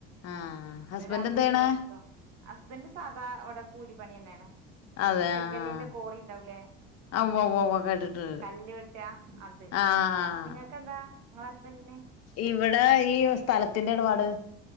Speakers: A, on the left; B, on the right.
A: ആഹ്
B: അവരു
A: ഹസ്ബൻഡ്
B: രാത്രി
A: എന്ത് ചെയ്യണേ
B: വരുമായിരിക്കും ഹസ്ബൻഡ് സാധാ അവിടെ കൂലിപ്പണി തന്നെയാണ്
A: അതെ
B: ചെങ്കല്ലിന്റെ
A: ആഹ്
B: കോടി ഉണ്ടാവുലേ
A: ആ ഉവ്വ ഉവ്വ ഉവ്വ കേട്ടിട്ടുണ്ട്
B: കല്ല് വെട്ട് അത്
A: ആഹ്
B: നിങ്ങക്ക് നിങ്ങക്കെന്താ നിങ്ങളെ ഹസ്ബൻന്റിന്
A: ഇവിടെ ഈ സ്ഥലത്തിന്റെ ഇടപാട്